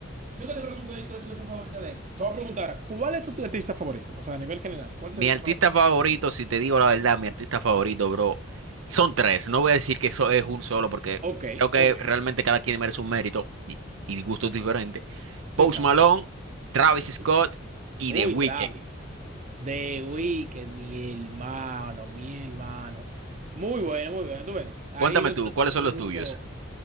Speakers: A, on the right; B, on the right.
A: yo que te pregunto ahí, ¿cuál es tu canción favorita de él? Te voy a preguntar, ahora, ¿cuál es tu artista favorito? O sea, a nivel general, ¿cuál
B: Mi
A: es tu artista
B: artista
A: favorito?
B: favorito, si te digo la verdad, mi artista favorito, bro, son tres. No voy a decir que eso es un solo, porque
A: Ok,
B: creo que
A: ok.
B: realmente cada quien merece un mérito y, y gustos diferentes. Post
A: Sí, claro.
B: Malone, Travis
A: Sí.
B: Scott y
A: Uy,
B: The Weeknd.
A: Travis. The Weeknd, mi hermano, mi hermano. Muy bueno, muy bueno. Tú ves, ahí
B: Cuéntame
A: tú
B: tú, ¿cuáles
A: tienes
B: son los
A: un gusto.
B: tuyos?